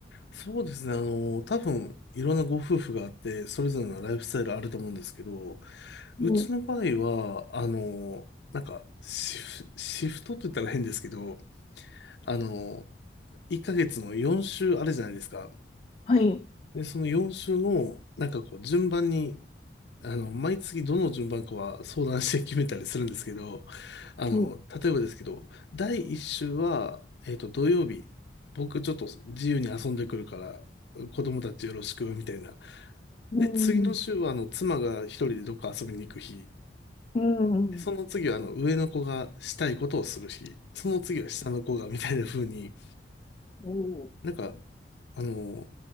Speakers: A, on the left; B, on the left.
A: そうですね。あの、多分、いろんなご夫婦があって、それぞれのライフスタイルあると思うんですけど、うちの場合
B: うん、
A: は、あの、なんか、シフ、シフトって言ったら変ですけど、あの、1ヶ月の4週あるじゃないですか。
B: はい。
A: で、その4週の、なんかこう、順番に、あの、毎月どの順番かは相談して決めたりするんですけど、あの、
B: うん。
A: 例えばですけど、第1週は、えっと、土曜日、僕ちょっと自由に遊んでくるから、子供たちよろしく、みたいな。
B: うん。
A: で、次の週は、あの、妻が一人でどっか遊びに行く日。
B: うん。
A: その次は、あの、上の子がしたいことをする日。その次は下の子が、みたいな風に、
B: うん。
A: なんか、あの、